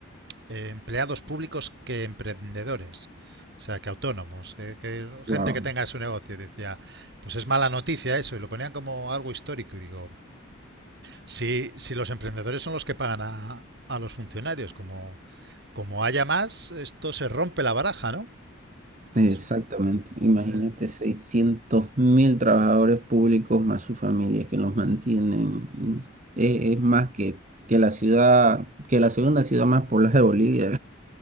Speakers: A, on the right; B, on the right.
A: eh, empleados públicos que emprendedores. O sea, que autónomos, que, que
B: Wow.
A: gente que tenga su negocio. Decía, pues es mala noticia eso. Y lo ponían como algo histórico. Y digo, si, si los emprendedores son los que pagan a, a los funcionarios, como, como haya más, esto se rompe la baraja, ¿no? Eso.
B: Exactamente, imagínate
A: eh,
B: seiscientos mil trabajadores públicos más sus familias que los mantienen. Es, es más que, que la ciudad, que la segunda ciudad más poblada de Bolivia.